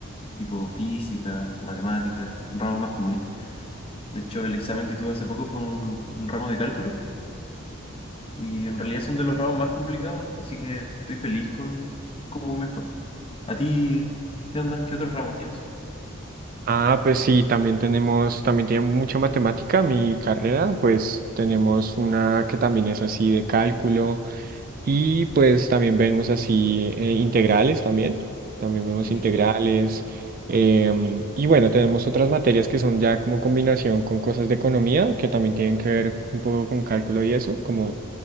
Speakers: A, on the left; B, on the right.
A: tipo física, matemáticas, ramos más comunes. De hecho, el examen que tuve hace poco fue un, un ramo de cálculo y en realidad son de los ramos más complicados, así que estoy feliz con cómo me fue. ¿A ti qué onda? ¿Qué otros ramos tienes?
B: Ah, pues sí, también tenemos, también tiene mucha matemática mi carrera, pues tenemos una que también es así de cálculo. Y pues también vemos así eh, integrales también, también vemos
A: Sí,
B: integrales. em, y bueno, tenemos otras materias que son ya como combinación con cosas de economía, que también tienen que ver un poco con cálculo y eso, como